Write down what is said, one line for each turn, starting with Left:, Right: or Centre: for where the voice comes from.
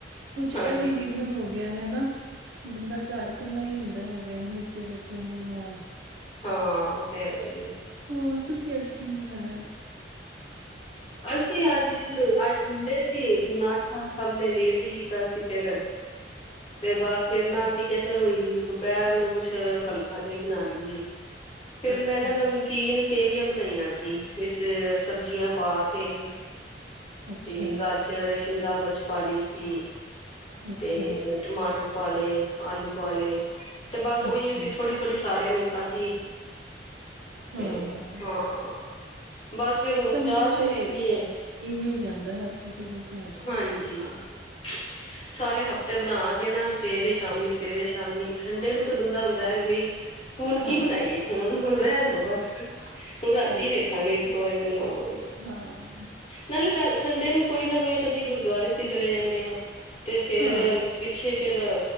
Right: ਕੁਛ
Left: ਹਾਂਜੀ
Right: ਏਹ ਵੀ ਰੀਜ਼ਨ ਹੋ। ਗਿਆ ਹੈਨਾ? ਬੰਦਾ ਘਰ ਕੱਲਾ ਹੀ ਹੁੰਦਾ ਹੈਗਾ ਨਿੱਕੇ ਬੱਚਿਆਂ ਦੇ ਨਾਲ।
Left: ਹਾਂ ਔ ਤੇ ਹੈਗਾ ਈ ਏ।
Right: ਹੋਰ ਤੁਸੀਂ ਅੱਜ ਕੀ ਬਨਾਯਾ।
Left: <inaudible> ਅਸੀਂ ਅੱਜ ਅੱਜ ਸੰਡੇ ਸੀ ਤੇ ਨਾਸ਼ਤਾ ਸਭ ਨੇ ਲੇਟ ਹੀ ਕੀਤਾ ਸੀ। ਫੇਰ ਤੇ ਬਸ ਫੇਰ
Right: ਅੱਛਾ,
Left: ਨਾ ਅਸੀਂ ਕਿਆਂ ਚਲੋ। ਦਪੈਰ ਨੂੰ ਕੁਛ ਹਲਕਾ ਜੀ ਈ ਬਣਾ ਲੀਏ ਫੇਰ
Right: ਅੱਛਾ,
Left: ਮੈਂ ਨਾ ਨ ਕੀਨ ਸੇਵੀਆਂ ਬਣਾਈਆਂ ਸੀ ਵਿਚ ਸਬਜ਼ੀਆਂ ਪਾ ਕੇ।
Right: ਅੱਛਾ,
Left: ਤੇ ਗਾਜਰ ਸ਼ਿਮਲਾ ਮਰਚ ਪਾ ਲਈ ਸੀ
Right: ਅੱਛਾ,
Left: ਤੇ ਟਮਾਟਰ। ਪਾ ਲਏ ਆਲੂ ਪਾ ਲਏ ਤੇ ਬਸ ਉਹੀਓ
Right: ਅੱਛਾ,
Left: ਅਸੀਂ ਥੋੜੀ। ਥੋੜ੍ਹੀ ਸਾਰਿਆਂ ਨੇ ਖਾਧੀ ਤੇ
Right: ਹਾਂ।
Left: ਹਾਂ। ਬਸ ਫੇਰ ਹੁਣ
Right: ਸੰਡੇ
Left: ਚਾਹ ਚੂ
Right: ਤੇ
Left: ਪੀਤੀ ਹੈ
Right: ਇ ਇਵੇਂ ਹੀ ਜਾਂਦਾ ਹਰ ਕਿਸੇ ਦੇ ਘਰ।
Left: ਹਾਂਜੀ। <inaudible> ਸਾਰੇ ਹਫ਼ਤੇ ਬਣਾ ਕੇ ਨਾ ਸਵੇਰੇ ਸ਼ਾਮੀ ਸਵੇਰੇ ਸ਼ਾਮੀ ਸੰਡੇ ਨੂੰ ਤਾਂ ਬੰਦਾ ਹੁੰਦਾ ਹੈ ਵੀ। ਹੁਣ ਕੀ
Right: ਹਾਂ,
Left: ਬਣਾਈਏ ਹੁਣ ਹੁ ਰਹਿਣ ਦੋ ਬਸ ਹੁਨ ਰਾਤੀ। ਰਾਤੀ
Right: ਸਹੀ
Left: ਵੇਖਾਂਗੇ
Right: ਗੱਲ
Left: ਇੱਕੋ
Right: ਏ।
Left: ਵਾਰੀ ਬਣਾਵਾਂਗੇ।
Right: ਹਾਂ,
Left: ਨਾਲੇ ਸੰਡੇ ਨੂੰ ਕੋਈ ਨਾ ਕੋਈ ਕਦੀ ਗੁਰਦੁਆਰੇ ਅਸੀਂ ਚਲੇ ਜਾਂਦੇ ਹਾਂ ਤੇ ਫੇਰ।
Right: ਹਾਂ,
Left: ਪਿੱਛੇ ਫੇਰ